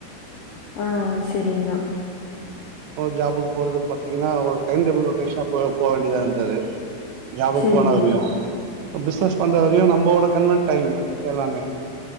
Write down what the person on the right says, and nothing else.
ஜாபுக்கு போறது பாத்தீங்கன்னா ஒரு டைம் டேபிள் ரொட்டேஷனா போ போ வேண்டிதான் இருந்தாது ஜாபுக்கு
போனதில்ல இப்ப பிசினஸ் பண்ற வெறியோ நம்மவோட கன்வன் டைம் எல்லாமே